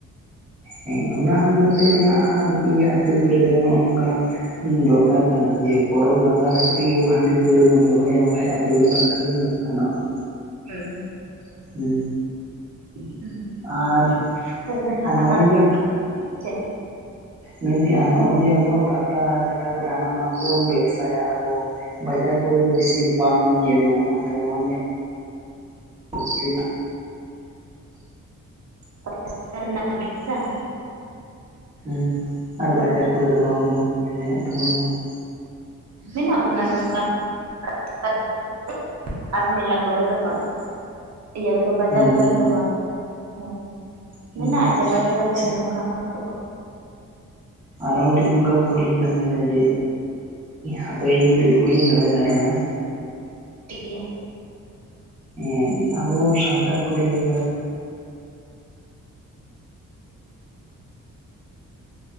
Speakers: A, on the right; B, on the right.
A: ᱦᱮ ᱚᱱᱟ ᱦᱚᱸ ᱛᱮ ᱚᱱᱟ ᱤᱭᱟᱹ ᱟᱹᱛᱩ ᱠᱚᱨᱮ ᱫᱚ ᱱᱚᱜᱼᱚ ᱱᱚᱝᱠᱟ ᱫᱚᱨᱠᱟᱨ ᱠᱟᱱᱟ ᱡᱮ ᱯᱚᱨᱚᱵᱽ ᱞᱟᱦᱟ ᱨᱮᱼᱼ ᱛᱮᱜᱮ ᱦᱟᱹᱰᱤ ᱯᱟᱹᱣᱨᱟᱹ ᱵᱚᱱ ᱫᱚᱦᱚᱼᱭᱟ ᱵᱟᱠᱟᱡ ᱟᱛᱩ ᱨᱮᱫᱚ ᱟᱹᱠᱷᱨᱤᱧ ᱵᱟᱝ ᱜᱟᱱᱚᱜᱼᱟ᱾
B: ᱦᱮ ᱦᱮ
A: ᱦᱩ
B: ᱦᱩᱸ
A: ᱟᱨ
B: ᱱᱤᱛᱚᱜ ᱫᱚ ᱱᱟᱦᱟᱜ
A: ᱱᱚᱜᱼᱚᱭᱼᱼ
B: ᱟᱱᱟᱴ ᱪᱮᱫ
A: ᱢᱮᱱᱫᱟᱹᱧ ᱟᱨ ᱱᱚᱜ-ᱚᱭ ᱡᱮ ᱟᱵᱚᱣᱟᱜ ᱯᱟᱛᱟ ᱪᱷᱟᱛᱟ ᱠᱚᱨᱮ ᱦᱟᱱᱟ ᱱᱟᱣᱟ ᱠᱚᱵᱚᱱ ᱵᱮᱵ ᱥᱟᱭᱟ ᱟᱵᱚᱼᱼ ᱵᱟᱡᱟᱨ ᱠᱚᱨᱮ ᱫᱚ ᱵᱤᱥᱤ ᱵᱟᱝ ᱧᱮᱞ ᱧᱟᱢᱚᱜᱼᱟ ᱛᱚ ᱱᱚᱣᱟ, <unintelligible>
B: <unintelligible>
A: ᱦᱩ ᱟᱨ
B: ᱛᱚ
A: ᱵᱟᱡᱟᱨ ᱠᱚᱨᱮ ᱫᱚ ᱵᱟᱝᱵᱚᱱ ᱧᱚᱜ ᱛᱟᱵᱚᱱ ᱫᱚ <unintelligible>
B: ᱢᱮᱱᱟᱜ ᱵᱚᱱᱟ ᱱᱚᱝᱠᱟᱱᱼᱼ <unintelligible> ᱟᱨ ᱢᱮᱞᱟ ᱠᱚᱨᱮ ᱫᱚ ᱵᱟᱝ <unintelligible> ᱵᱟᱡᱟᱨ
A: ᱦᱮᱸ
B: ᱠᱚᱨᱮ ᱫᱚ ᱵᱟᱝ ᱦᱩ
A: ᱦᱮᱸ
B: ᱢᱮᱱᱟᱜᱼᱟ᱾ ᱡᱟᱜᱟ ᱡᱟᱜᱟ
A: ᱟᱪᱪᱷᱟ
B: ᱛᱮ ᱱᱚᱝᱠᱟ ᱦᱚᱸ ᱛᱚ
A: ᱟᱨᱚ ᱢᱤᱫᱴᱮᱝ ᱱᱚᱝᱠᱟᱱ ᱠᱩᱠᱞᱤᱧ ᱫᱚᱦᱚᱭ ᱫᱟ ᱡᱮ ᱦᱟᱯᱮ ᱤᱧ ᱢᱤᱫᱴᱮᱝ ᱠᱩᱠᱞᱤᱧ ᱫᱚᱦᱚᱭᱮᱫᱟ ᱟᱨᱚ ᱦᱮᱸ᱾
B: ᱴᱷᱤᱠ ᱜᱮᱭᱟ ᱾
A: ᱦᱮᱸ ᱟᱵᱚ ᱥᱟᱱᱛᱟᱲ ᱠᱚ ᱞᱟᱹᱭ ᱵᱟᱲᱟᱼᱼ